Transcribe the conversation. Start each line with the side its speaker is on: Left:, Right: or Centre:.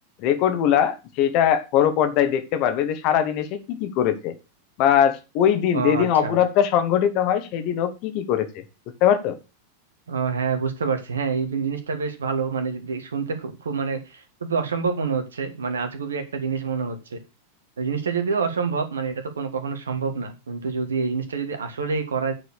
Left: রেকর্ড গুলা সেটা বড় পর্দায় দেখতে পারবে যে সারাদিনে সে কি কি করেছে বা ওই দিন
Right: ও
Left: যেদিন
Right: আচ্ছা
Left: অপরাধটা সংঘটিত হয় সেই দিন ও কি কি করেছে বুঝতে পারছো
Right: ও হ্যাঁ বুঝতে পারছি হ্যাঁ এই জিনিসটা বেশ ভালো মানে যদি- শুনতে খুব খুব মানে খুবই অসম্ভব মনে হচ্ছে মানে আজগুবি একটা জিনিস মনে হচ্ছে এই জিনিসটা যদিও অসম্ভব মানে এটা তো কোনো কখনো সম্ভব না কিন্তু যদি এই জিনিসটা যদি আসলেই করা